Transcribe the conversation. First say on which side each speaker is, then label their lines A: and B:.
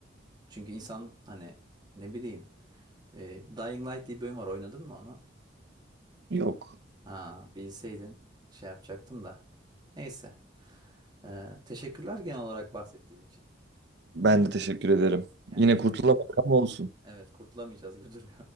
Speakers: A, on the right; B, on the right.
A: Çünkü insan hani ne bileyim e, Dying Light diye bir oyun var oynadın mı onu?
B: Yok.
A: Ha bilseydin şey yapacaktım da. Neyse. Ee, teşekkürler genel olarak bahsettiğin için.
B: Ben de teşekkür ederim.
A: Kendini
B: Yine
A: çok
B: kurtulamadık ama olsun.
A: evet kurtulamayacağız gibi <laughs> duruyor.